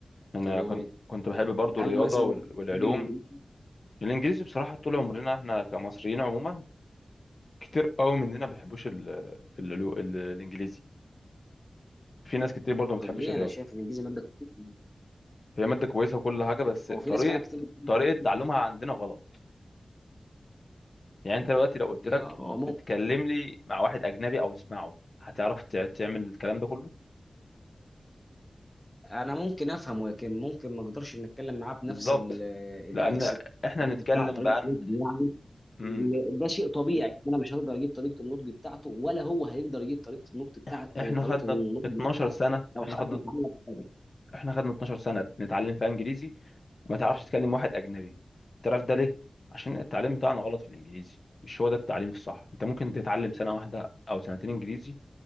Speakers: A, on the left; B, on the left.
A: انا
B: كمواد
A: كنت كنت بحب برضو
B: هل
A: الرياضه
B: مثلا
A: وال- والعلوم
B: بتحب الانجليزي
A: الانجليزي بصراحه طول عمرنا احنا كمصريين عموما كتير قوي مننا ما بيحبوش ال- العلو- ال- الانجليزي في ناس كتير برضو ما بتحبش
B: طب ليه
A: الرياضه
B: انا شايف ان الانجليزي ماده كويسة.
A: هي ماده كويسه وكل حاجه بس
B: هو في
A: طريقه
B: ناس فعلا كتير بتقول-
A: طريقه تعلمها عندنا غلط يعني انت دلوقتي لو قلت
B: يا
A: لك
B: آراء. مم-
A: اتكلم لي مع واحد اجنبي او اسمعه هتعرف تع- تعمل الكلام ده كله
B: انا ممكن افهم ولكن ممكن ما اقدرش ان اتكلم معاه بنفس
A: بالظبط
B: ال-
A: لان
B: الاكس الطريقه
A: احنا بنتكلم
B: بتاع طريقه
A: بقى عن-
B: النطق يعني
A: مم،
B: لأن ده شيء طبيعي انا مش هقدر اجيب طريقه النطق بتاعته ولا هو هيقدر يجيب طريقه النطق بتاع
A: احنا
B: آه، طريقه
A: خدنا
B: النطق
A: 12 سنه
B: لو
A: احنا
B: حد
A: خدنا
B: اتعلم بالطبع.
A: احنا خدنا 12 سنه نتعلم فيها انجليزي وما تعرفش تتكلم واحد اجنبي تعرف ده ليه عشان التعليم بتاعنا غلط في الانجليزي مش هو ده التعليم الصح انت ممكن تتعلم سنه واحده او سنتين انجليزي